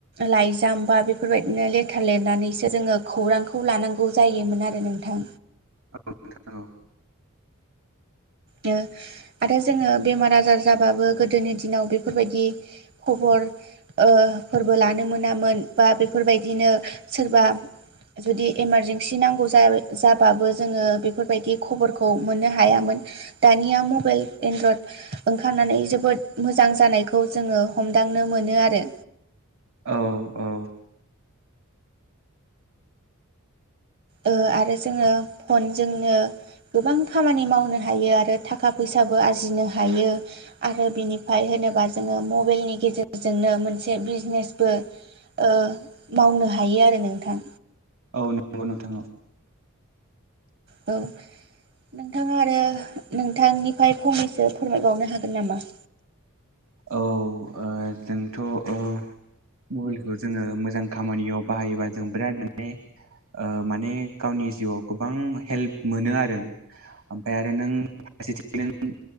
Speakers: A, on the right; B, on the right.
A: लाइजाम बा बेफोरबायदिनो लेटार लेरनानैसो जोङो खौरांखौ खौ लानांगौ जायोमोन आरो नोंथां।
B: औ नंगौ।
A: नो आरो जोङो बेमार आजार जाबाबो गोदोनि दिनाव बेफोरबायदि खबर ओ फोरबो लानो मोनामोन बा बेफोरबायदिनो सोरबा‌ जुदि इमारजेन्सि नांगौ जाया जाबाबो जोङो बेफोरबायदि खबरखौ मोननो हायामोन दानिया मबाइल एन्द्रयेद ओंखारनानै जोबोद मोजां जानायखौ जोङो हमदांनो मोनो आरो।
B: औ-औ।
A: ओ आरो जोङो फनजोंनो गोबां खामानि मावनो हायो आरो थाखा फैसाबो आरजिनो हायो आरो बिनिफ्राय होनोबा जोङो मबाइलनि गेजेरजोंनो मोनसे बिजनेसबो ओ मावनो हायो आरो नोंथां।
B: औ नंगौ नोंथां औ।
A: औ। नोंथाङा आरो नोंथांनिफ्राय फंनैसो फोरमायबावनो हागोन नामा? <inaudible>
B: औ ओ जोंथ औ मबाइलखौ जोङो मोजां खामानियाव बाहायोबा जों बिराद माने ओ माने गावनि जिउआव गोबां हेल्प मोनो आरो। ओमफ्राय आरो गुबुन फारेथिं नों